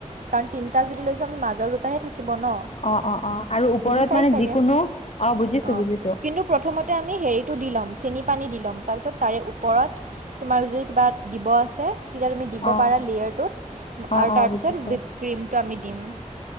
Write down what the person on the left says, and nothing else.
অ অ অ আৰু ওপৰত
মানে
যিকোনো অ বুজিছো
বুজিছো
অ
অ
অ
বুজিছো